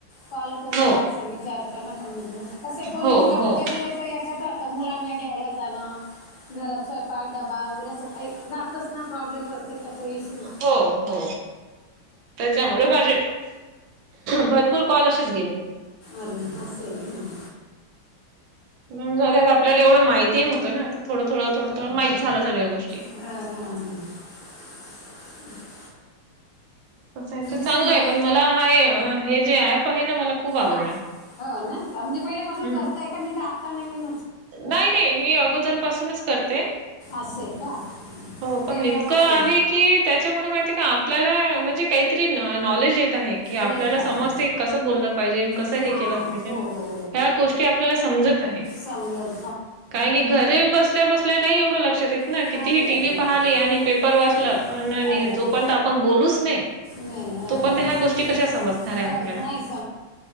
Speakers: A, on the left; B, on the right.
A: पाल करू
B: हो
A: का असं विचारतो ना पणण मग कसे कोण
B: हो
A: आता
B: हो
A: ज याच्यात मुलांना घ्यायला जाणं घरात स्वयंपाक डबा वगैरे सकाळी राहतंच ना प्रॉब्लेम पडते त्याचा इशू
B: हो हो त्याच्यामुळे बाजे भरपूर कॉल असेच गेले
A: अरे ह स आहे ग
B: ग ज आपल्यालावढं माहिती नवत ना थोडं थोडंथोडं थोड माह झा सगळ्या गोष्टी
A: हम
B: ं आहे तर चांगलं
A: सुनबाई
B: आहे पण मला हाय हे जे ऍप आहे ना मला खूप आवडलं
A: हा हो ना म्हणजे पहिल्यापासून
B: हम्म
A: करताय का मी तर आत्ता नवीन
B: नाही नाही मी अगोदर पासूनच करते
A: असं आहे का
B: हो पण
A: गेल्या
B: इतकं
A: वर्षी
B: आहे की त्याच्यामुळे माहि आपल्याला म्हणजे काहीतरी नॉलेज येत की
A: येत
B: आपल्याला
A: आहे
B: समजत कसं बोललं पाहिजे कसं
A: हां
B: हे केलं पाहिजे
A: हो हो
B: त्या गोष्टी आपल्याला समजत आहे
A: संगध
B: काय की घरी बसल्या बसल्या नाही एवढं लक्षात येत ना
A: नाही
B: कितीही
A: येत
B: टी व्ही
A: नाही
B: पाहिली आणि पेपर
A: काय
B: वाचलं
A: नाही.
B: पण नाही
A: काय झालं?
B: जो पर्यंत आपण बोलूच नाही
A: नाही हां,
B: तू पण
A: हां.
B: त्या ह्या गोष्टी कशा समजणार आहे
A: कळत
B: आपल्याला
A: नाही